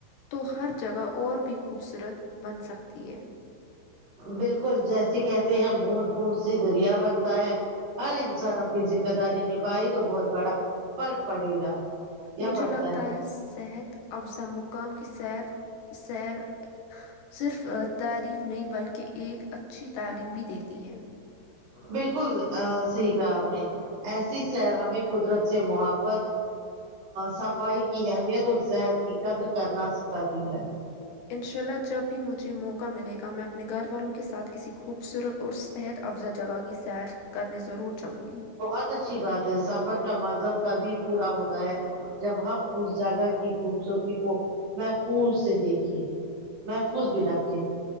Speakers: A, on the left; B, on the right.
A: تو ہر جگہ اور بھی خوبصورت بن سکتی ہے
B: بالکل جیسے کہتے ہیں بوند بوند سے دریا بنتا ہے ہر انسان اپنی ذمہ داری نبھائے تو بہت بڑا فرق پڑے گا یا
A: مجھے
B: پڑتا
A: لگتا ہے صحت افزا مقام کی سیر سیر صرف تعریف نہیں بلکہ ایک اچھی تعلیم بھی دیتی ہے
B: بالکل صحیح کہا آپ نے ایسی سیر ہمیں قدرت سے محبت صفائی کی اہمیت اور صحت کی قدر کرنا سکھاتی ہے
A: انشاء اللہ جب بھی مجھے موقع ملے گا میں اپنے گھر والوں کے ساتھ کسی خوبصورت اور صحت افزا جگہ کی سیر کرنے ضرور جاؤں گی
B: بہت اچھی بات ہے سفر کا مزہ تبھی پورا ہوتا ہے جب ہم اس جگہ کی خوبصورتی کو محفوظ سے دیکھے محفوظ بھی رکھیں